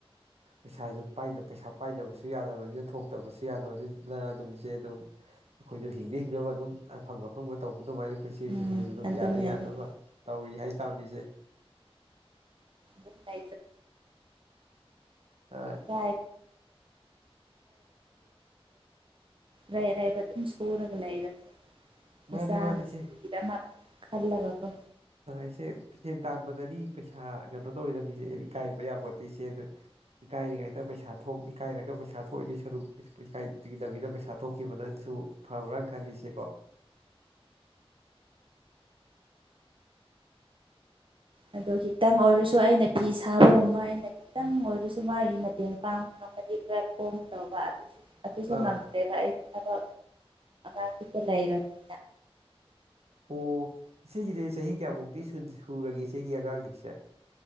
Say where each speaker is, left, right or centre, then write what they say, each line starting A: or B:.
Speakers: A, on the right (about 85°); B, on the right (about 55°).
A: ꯎ ꯄꯩꯁꯥꯁꯨ ꯄꯩꯁꯥ ꯄꯥꯏꯗꯕꯁꯨ ꯌꯥꯗꯕꯅꯤꯅ ꯊꯣꯛꯇꯕꯁꯨ ꯌꯥꯗꯕꯅꯤꯅ ꯑꯗꯨꯝ ꯏꯆꯦ ꯑꯗꯨꯝ ꯑꯩꯈꯣꯏꯁꯨ ꯍꯤꯡꯅ ꯍꯤꯡꯗꯒ ꯑꯗꯨꯝ ꯑꯪ ꯑꯐꯪꯕ ꯇꯧꯕ ꯑꯗꯨꯃꯥꯏꯅ ꯑꯩꯈꯣꯏꯁꯤꯁꯨ
B: ꯎꯝ
A: ꯑꯩꯈꯣꯏꯁꯨ ꯑꯗꯨꯝ
B: ꯑꯗꯨꯅꯦ
A: ꯌꯥꯅ ꯌꯥꯅꯕ
B: ꯑꯗꯨꯅꯦ
A: ꯇꯧꯔꯤ ꯍꯥꯏꯇꯥꯥꯔꯅꯤꯁꯦ
B: ꯕ
A: ꯑ
B: ꯕ ꯔꯥꯏꯕ ꯃꯇꯝꯝ ꯁꯣꯔꯒ ꯂꯩꯔꯦ
A: ꯃꯥꯅꯤ
B: ꯃꯆꯥ
A: ꯃꯥꯅꯤ
B: ꯃꯁꯨꯨꯒꯤꯗ
A: ꯏꯆꯦ
B: ꯑꯃ ꯈꯜꯂꯕꯀꯣ
A: ꯏꯆꯦ ꯁꯦꯟ ꯇꯥꯟꯕꯗꯅꯤ ꯄꯩꯁꯥ ꯀꯩꯅꯣ ꯇꯧꯔꯤꯗꯕꯅꯤꯁꯦ ꯏꯀꯥꯏꯕ ꯌꯥꯕꯣꯠꯇꯦ ꯏꯆꯦ ꯏꯀꯥꯏꯔꯤꯉꯩꯗ ꯄꯩꯁꯥ ꯊꯣꯛ ꯏꯀꯥꯏꯔꯒ ꯄꯩꯁꯥ ꯊꯣꯛꯏꯗꯤ ꯁꯔꯨꯛ ꯏꯀꯥꯏꯒꯤ ꯗꯕꯤꯗ ꯄꯩꯁꯥ ꯊꯣꯛꯈꯤꯕꯅ ꯁ ꯐꯕ꯭ꯔꯥ ꯈꯜꯂꯤꯁꯦ ꯀꯣ
B: ꯑꯗꯣ ꯈꯤꯇꯪ ꯑꯣꯏꯔꯁꯨ ꯑꯩꯅ ꯐꯤ ꯁꯥꯕꯒꯨꯝꯕ ꯑꯩꯅ ꯈꯤꯇꯪ ꯑꯣꯏꯔꯁꯨ ꯃꯥꯒꯤ ꯃꯇꯦꯡ ꯄꯥꯡꯕ ꯉꯝ ꯈꯔ ꯀꯣꯝꯗꯧꯕ ꯑꯗꯨꯁꯨ
A: ꯑꯥ
B: ꯉꯝꯗ꯭ꯔꯦꯕ ꯑꯩ ꯑꯣ ꯑꯒꯤꯀ ꯂꯩꯔꯃꯤ
A: ꯑꯣ ꯏꯆꯦꯒꯤꯗꯤ ꯆꯍꯤ ꯀꯌꯥꯃꯨꯛꯇꯤ ꯁꯨꯔꯒꯦ ꯏꯆꯦꯒꯤ ꯑꯉꯥꯡꯈꯩꯁꯦ